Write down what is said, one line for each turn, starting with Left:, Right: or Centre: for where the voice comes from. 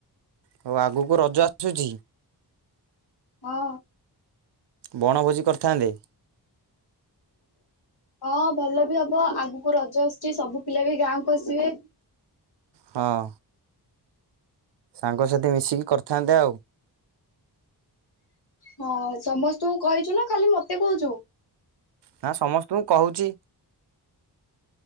Right: ହଉ ଆଗକୁ ରଜ ଆସୁଛି।
Left: ହଁ
Right: ବଣଭୋଜି କରିଥାନ୍ତେ।
Left: ହଁ ଭଲ ବି ହବ ଆଗ ରଜ ଆସୁଛି ସବୁ ପିଲା ବି ଗାଁ କସିବେ
Right: ହଁ ସାଙ୍ଗସାଥି ମିଶିକି କରିଥାନ୍ତେ ଆଉ
Left: ହଁ ସମସ୍ତଙ୍କୁ କହିଛୁ ନା ଖାଲି ମତେ କହୁଛୁ
Right: ହଁ ସମସ୍ତଙ୍କୁ କହୁଛି